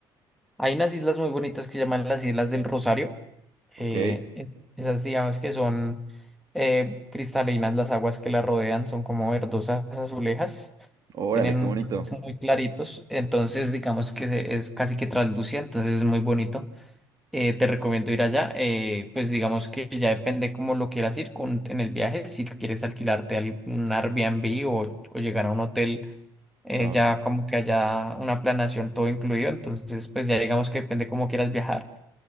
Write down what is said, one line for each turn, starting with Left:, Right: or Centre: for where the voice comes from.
Centre: Hay unas islas muy bonitas que se llaman las Islas del Rosario.
Right: Ok,
Centre: eh, e- esas digamos que son eh, cristalinas, las aguas que las rodean son como verdosas, azulejas,
Right: órale,
Centre: tienen
Right: qué
Centre: un
Right: bonito.
Centre: colores muy claritos, entonces digamos que se- es casi que traslúcida, entonces es muy bonito. Eh, te recomiendo ir allá, eh, pues digamos que ya depende cómo lo quieras ir con, en el viaje, si quieres alquilarte algún Airbnb o, o llegar a un hotel eh,
Right: Claro,
Centre: ya como que haya una planación todo incluido, entonces pues ya digamos que depende cómo quieras viajar